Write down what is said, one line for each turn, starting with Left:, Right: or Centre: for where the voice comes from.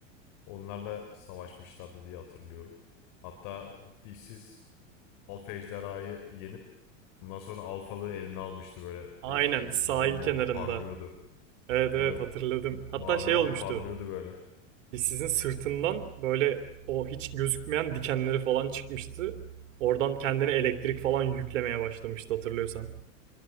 Left: Onlarla savaşmışlardı diye hatırlıyorum. Hatta dişsiz alfa ejderhayı yenip ondan sonra alfalığı eline almıştı böyle.
Right: Aynen
Left: Değişik bir
Right: sahil
Left: mavi mavi
Right: kenarında.
Left: parlıyordu.
Right: Evet evet
Left: Evet.
Right: hatırladım. Hatta
Left: Mavi
Right: şey
Left: mavi
Right: olmuştu.
Left: parlıyordu böyle.
Right: Sizin sırtından böyle o hiç gözükmeyen dikenleri falan çıkmıştı. Oradan kendine elektrik falan yüklemeye başlamıştı hatırlıyorsan.